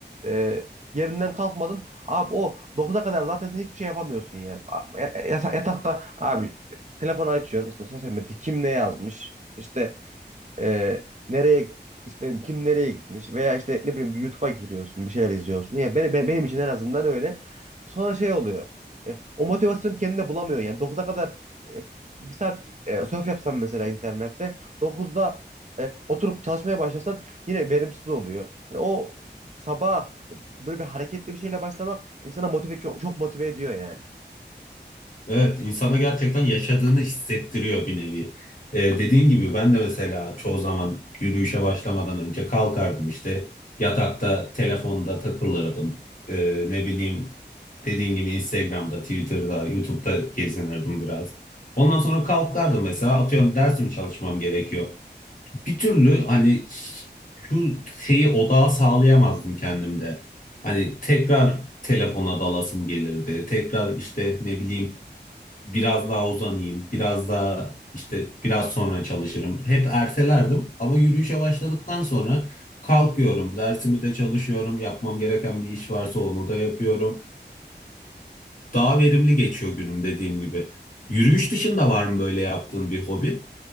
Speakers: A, on the right; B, on the left.
A: e, yerinden kalkmadın. Abi o 9'a kadar zaten sen hiçbir şey yapamıyorsun yani. A- ya- ya- Yatakta abi telefonu açıyorsun. işte sosyal medyada kim ne yazmış. işte ee, nereye işte kim nereye gitmiş veya işte ne bileyim bir YouTube'a giriyorsun bir şeyler izliyorsun. Ya beni, be- benim için en azından öyle. Sonra şey oluyor. E, o motivasyonu kendine bulamıyorsun yani 9'a kadar e, bir saat e, surf yapsan mesela internette dokuzda e, oturup çalışmaya başlasan yine verimsiz oluyor. Yani o sabah böyle bir hareketli bir şeyle başlamak insana motive çok, çok motive ediyor yani.
B: Evet, insana gerçekten yaşadığını hissettiriyor bir nevi. Ee, dediğin gibi ben de mesela çoğu zaman yürüyüşe başlamadan önce kalkardım işte yatakta telefonda takılırdım. Ee, ne bileyim dediğin gibi Instagram'da, Twitter'da, YouTube'da gezinirdim biraz. Ondan sonra kalkardım mesela atıyorum dersimi çalışmam gerekiyor. Bir türlü hani şu şeyi odağa sağlayamazdım kendimde. Hani tekrar telefona dalasım gelirdi. Tekrar işte ne bileyim biraz daha uzanayım, biraz daha işte biraz sonra çalışırım. Hep ertelerdim ama yürüyüşe başladıktan sonra kalkıyorum, dersimi de çalışıyorum, yapmam gereken bir iş varsa onu da yapıyorum. Daha verimli geçiyor günüm dediğim gibi. Yürüyüş dışında var mı böyle yaptığın bir hobi?